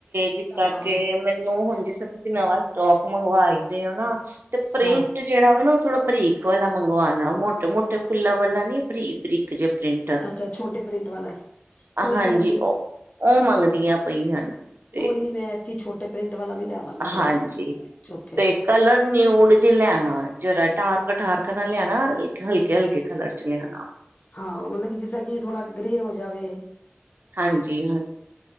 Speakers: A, on the right; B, on the left.
A: ਜਿਤਾ
B: ਹਾਂ
A: ਕੇ ਮੈਨੂੰ ਹੁਣ ਜਿਸ ਤਰ ਤੁਸੀਂ ਨਵਾਂ ਸਟੋਕ ਮੰਗਵਾਈ ਜੇ ਉਹ ਨਾ ਤੇ ਪ੍ਰਿੰਟ
B: ਹਾਂ
A: ਜਿਹੜਾ ਵੇ ਨਾ ਥੋੜਾ ਬਰੀਕ ਵਾਲਾ ਮੰਗਵਾਉਣਾ ਮੋਟੇ ਮੋਟੇ ਫੁੱਲਾਂ ਵਾਲਾ ਨੀ ਬਰੀਕ ਬਰੀਕ ਜੇ ਪ੍ਰਿੰਟ
B: ਅੱਛਾ ਛੋਟੇ ਪ੍ਰਿੰਟ ਵਾਲਾ ਕੋਈ
A: ਹਾਂਜੀ
B: ਗੱਲ ਨੀ
A: ਉਹ ਉਹ ਮੰਗਦੀਆਂ ਪਈਆਂ ਹਨ ਤੇ
B: ਕੋਈ ਨੀ ਮੈਂ ਐਤਕੀ ਛੋਟੇ ਪ੍ਰਿੰਟ ਵਾਲਾ ਵੀ ਲਿਆਵਾਂਗੀ ਥੋੜਾ
A: ਹਾਂਜੀ
B: ਚੁੱਕ ਕੇ
A: ਤੇ ਕਲਰ ਨਿਊਡ ਜਿ ਲਿਣਾ ਜਿਆਦਾ ਡਾਰਕ ਡਾਰਕ ਕਲਰ ਲਿਆਣਾ ਹਲਕੇ ਹਲਕੇ ਕਲਰ ਚ ਲੈਣਾ
B: ਹਾਂ ਮਤਲਬ ਕਿ ਜਿਸ ਤਰ੍ਹਾਂ ਕਿ ਥੋੜਾ ਗ੍ਰੇਅ ਹੋ ਜਾਵੇ ਇਹ
A: ਹਾਂਜੀ ਹਾਂ